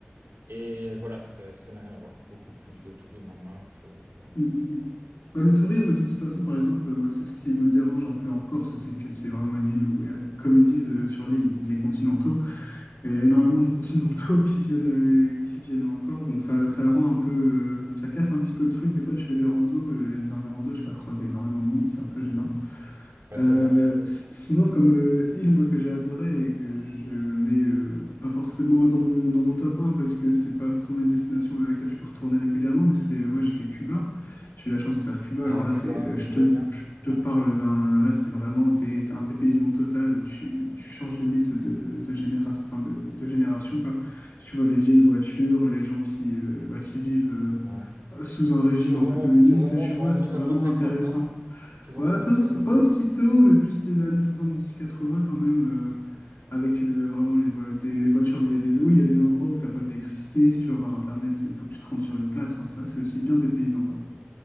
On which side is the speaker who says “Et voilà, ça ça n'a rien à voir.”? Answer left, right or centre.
Right